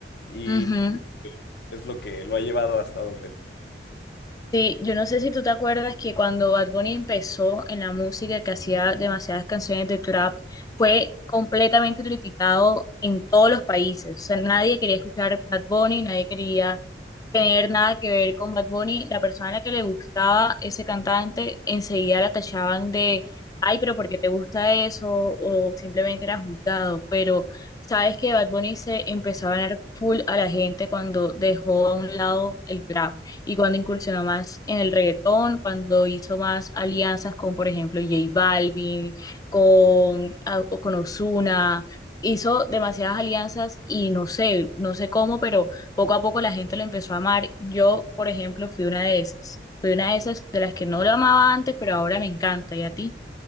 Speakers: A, on the left; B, on the left.
A: y
B: Ujú.
A: es lo que lo ha llevado hasta donde.
B: Sí, yo no sé si tú te acuerdas que cuando Bad Bunny empezó en la música que hacía demasiadas canciones de trap, fue completamente criticado en todos los países. O sea, nadie quería escuchar Bad Bunny, nadie quería tener nada que ver con Bad Bunny, la persona a la que le gustaba ese cantante, enseguida la tachaban de, ay, pero ¿por qué te gusta eso? O simplemente era juzgado. Pero sabes que Bad Bunny se empezó a ganar full a la gente cuando dejó a un lado el trap y cuando incursionó más en el reggaetón, cuando hizo más alianzas con, por ejemplo, J Balvin, con, a- o con Ozuna. Hizo demasiadas alianzas y no sé, no sé cómo, pero poco a poco la gente lo empezó a amar. Yo, por ejemplo, fui una de esas. Fui una de esas de las que no lo amaba antes, pero ahora me encanta. ¿Y a ti?